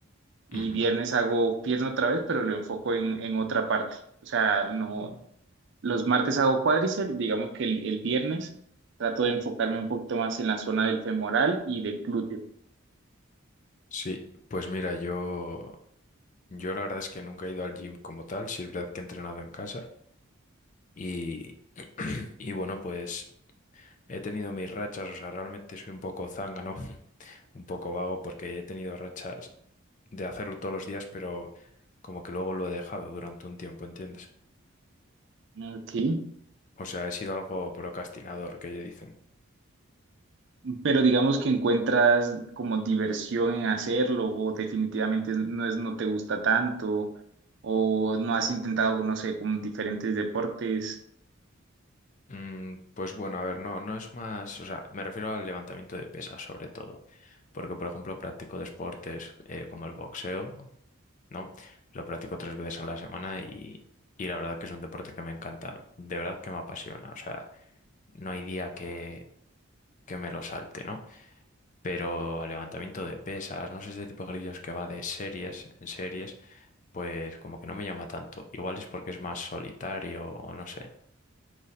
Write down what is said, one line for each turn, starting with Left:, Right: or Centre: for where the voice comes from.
Right: y
Left: ujú.
Right: viernes hago pierna otra vez, pero lo enfoco en, en otra parte. O sea, no, los martes hago cuádriceps, digamos que el, el viernes trato de enfocarme un poquito más en la zona del femoral y del glúteo.
Left: Sí, pues mira, yo, yo la verdad es que nunca he ido al gym como tal, sí es verdad que he entrenado en casa y, <clears throat> y bueno, pues he tenido mis rachas, o sea, realmente soy un poco zángano, <laughs> un poco vago porque he tenido rachas de hacerlo todos los días, pero como que luego lo he dejado durante un tiempo, ¿entiendes?
Right: Ok.
Left: O sea, he sido algo procrastinador, que ellos dicen.
Right: Pero digamos que encuentras como diversión en hacerlo o definitivamente no es, no te gusta tanto o no has intentado, no sé, con diferentes deportes.
Left: Mm, Pues bueno, a ver, no, no es más, o sea, me refiero al levantamiento de pesas sobre todo, porque por ejemplo practico deportes eh, como el boxeo, ¿no? Lo practico tres veces a la semana y, y la verdad que es un deporte que me encanta, de verdad que me apasiona, o sea, no hay día que, que me lo salte, ¿no? Pero al levantamiento de pesas, no sé, este tipo de ejercicios que va de series en series, pues como que no me llama tanto, igual es porque es más solitario o no sé.